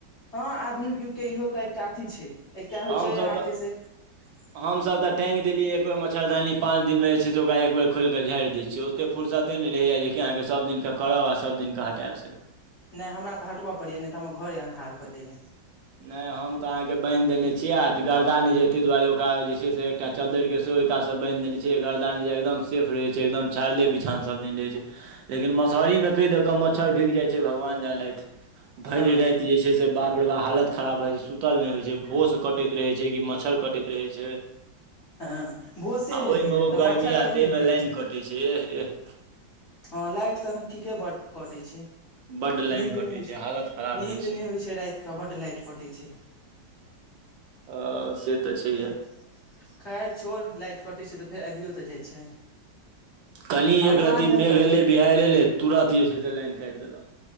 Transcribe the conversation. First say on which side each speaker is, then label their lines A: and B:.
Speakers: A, on the left; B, on the right.
A: हँ आधुनिक युग के इहो तऽ एकटा अथी छै एकटा होइ
B: हमसब
A: छै अहाँके
B: तऽ
A: <inaudible>
B: हमसभ तऽ टैंक देलियै एक बेर मच्छरदानी पाँच दिनमे जे छै से ओकरा एक बेर खोलिकऽ झाड़ि दे छियै एतेक फुरसते नहि रहैए जेकि अहाँके सभ दिनके करब आ सभ दिनक हटैब से
A: नहि हमरा तऽ हटबय पड़या नहि तऽ हमर घरे अनाहर भ जइया
B: नहि हम तऽ अहाँके बान्हि देने छियै आ गर्दा नहि जे ताहि दुआरे ओकरा जे छै से एकटा चददेर के सेहो ओहि कासँ बान्हि देने छै घरदा छै एकदम सेफ रहै छै एकदम चारले बिछाओ सब दिन रहै छै लेकिन मसहरीमे कै दऽ कऽ मच्छर ढुकि जाइत छै भगवान जानैत भरि
A: हँ
B: राति जे छै से बाप रे बाह हालत खराब भए जाइ छै सुतल नहि होइ छै भहोश कटैत रहै छै कि मच्छर कटैत रहै छै
A: हँ भोसे
B: आ
A: हेतौ
B: ओहिमे
A: कियाक
B: ओ
A: तऽ
B: गर्मी
A: मच्छर के
B: आते
A: नहि हेतै
B: मे लाइन कटे छै एह एह
A: हँ लाइट तऽ एखन ठीके बड कटैत छै
B: बड्ड लाइन
A: नींन्द
B: कटै
A: नहि होइ छै
B: हालत खराब
A: नींन्द
B: रहै
A: नहि होइ छै राति कऽ बड लाइट कटे छै
B: हँ से तऽ छैहे
A: खैर खैर छोड़ लाइट कटै छै तऽ फेर अबियो तऽ जाइ छै
B: कनि
A: भगवान
B: एक रती
A: दहीन
B: मेघ
A: रहथुन
B: एलै बिहहारड़ि एलै तुरन्त जे छै से लाइन काटि देलक